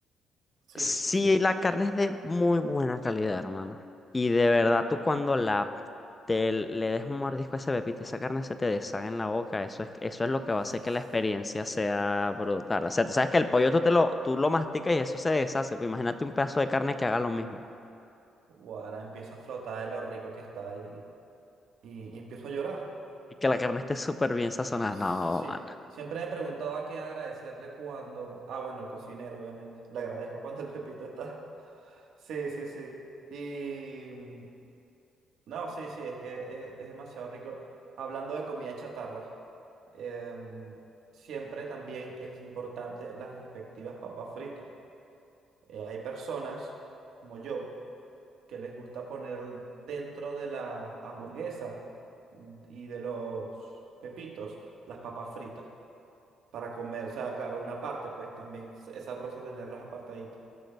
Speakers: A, on the right; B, on the left.
A: Sí,
B: Sí,
A: sí.
B: la carne es de muy buena calidad, hermano. Y de verdad, tú cuando la te le des un mordisco a ese pepito y esa carne se te deshaga en la boca, eso es, eso es lo que va
A: Uf,
B: a hacer que la experiencia sea brutal. O sea, tú sabes que el pollo tú, te lo, tú lo masticas y eso se deshace. Pues imagínate un pedazo de carne que haga lo mismo.
A: ahora empiezo a flotar de lo rico que está y, y, y empiezo a llorar.
B: Y que la carne esté súper bien sazonada.
A: Sí,
B: No, mano.
A: siempre me he preguntado a quién agradecerle cuando... Ah, bueno, al cocinero, obviamente. Le agradezco cuando el Pepito está. <laughs> Sí, sí, sí. Y... mm, No, sí, sí, es que es, es demasiado rico. Hablando de comida chatarra, em, siempre también es importante las respectivas papas fritas. Eh, hay personas, como yo, que les gusta poner dentro de las hamburguesas y de los pepitos las papas fritas para comer. O sea, claro, una parte, pues también s- es sabroso tenerlas apartaditas.